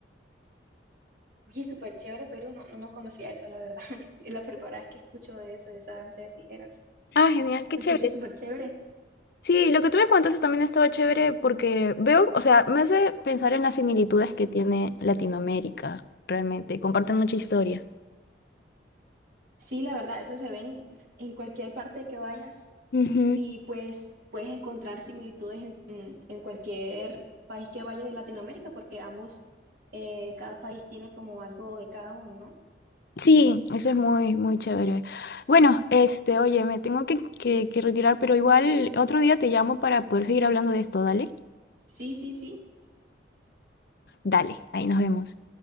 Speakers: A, on the right (about 50°); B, on the left (about 55°).
A: Oye, súper chévere, pero no, no no conocía eso, la verdad. <laughs> Es la primera vez que escucho de eso, de esa danza de tijeras.
B: Ah, genial,
A: Se
B: qué chévere.
A: escucha súper chévere.
B: Sí, lo que tú me contaste también estaba chévere porque veo, o sea, me hace pensar en las similitudes que tiene Latinoamérica, realmente. Comparten mucha historia.
A: Sí, la verdad, eso se ven en en cualquier parte que vayas.
B: Ujú.
A: y pues puedes encontrar similitudes en, en- en cualquier país que vayas de Latinoamérica, porque ambos, eh, cada país tiene como algo de cada uno, ¿no?
B: Sí, eso es muy, muy chévere. Bueno, este, oye, me tengo que, que que retirar, pero igual otro día te llamo para poder seguir hablando de esto, dale.
A: Sí, sí, sí.
B: Dale, ahí nos vemos.